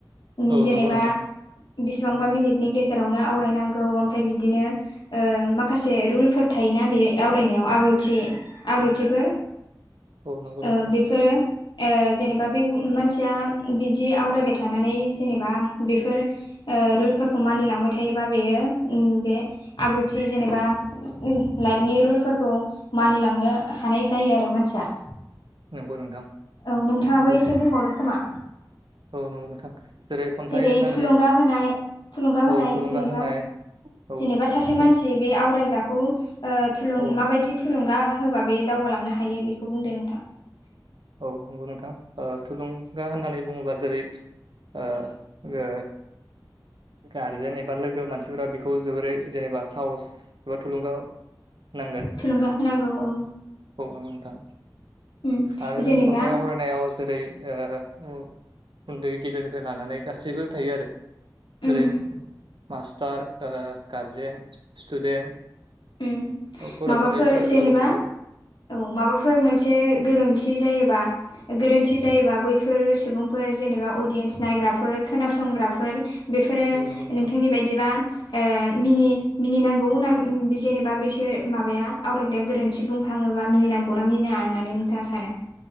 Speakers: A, on the left; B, on the right.
A: उम
B: औ
A: जेनेबा
B: नंगौ नोंथां
A: बिसिबांबा मिनिटनि गेजेरावनो आवरायनांगौ ओमफ्राय बिदिनो ओ माखासे रुलफोर थायोना, बेयो आवरायनायाव आब्रुथि आब्रुथिफोर
B: औ नंगौ
A: ओ
B: नोंथां
A: बेफोरो ओ जेनेबा बे मानसिया बिदि आवरायबाय थानानै जेनेबा बेफोर ओ रुलफोरखौ मानिलांबाय थायोबा, बेयो उम बे आब्रुथि जेनेबा उम लाइफनि रुलफोरखौ मानिलांनो हानाय जायो आरो मानसिया।
B: नंगौ नोंथां
A: औ नोंथाङाबो
B: नंगौ
A: एसे बुंबावदो खोमा।
B: औ नंगौ नोंथां। खन्थाइ
A: जेरै
B: होननानै
A: थुलुंगा होनाय थुलुंगा होनाय
B: औ थुलुंगा
A: जेनेबा
B: होनाय औ
A: जेनेबा सासे
B: जों
A: मानसि बे आवरायग्राखौ ओ थुलुं
B: औ
A: माबायदि थुलुंगा होबा बेयो दावगालांनो हायो बेखौ बुंदो नोंथां।
B: औ नंगौ नोंथां। ओ थुलुंगा होननानै बुङोबा जेरै ओ ओ गारजेन एबा लोगो मानसिफोरा बेखौ जोबोरै जेनेबा साहस एबा थुलुंगा नांगोन
A: थुलुंगा होनांगौ औ।
B: औ नोंगौ नोंथां।
A: उम
B: आरो जों
A: जेनेबा
B: खन्थाइ आवराय नायाव जेरै ओ उ-उन्दै गेदेरनिफ्राय लानानै गासैबो थायो आरो।
A: उम
B: जेरै मास्टार ओ गारजेन, स्टुडेन्ट
A: उम
B: औ फरायसालि
A: माबाफोर
B: फरायसाला
A: जेनेबा
B: गथ'फोर
A: औ माबाफोर मोनसे गोरोन्थि जायोबा गोरोन्थि जायोबा बैफोर सुबुंफोर जेनेबा अडियेन्स नायग्राफोर खोनासंग्राफोर बेफोरो
B: औ नंगौ नोंथां
A: नोंथांनि बायदिबा मिनि मिनिनांगौ ना? जेनेबा बिसोर माबाया आवरायग्राया गोरोन्थि बुंखाङोबा मिनिनांगौनाा मिनिनाङा होननानै नोंथाङा सानो?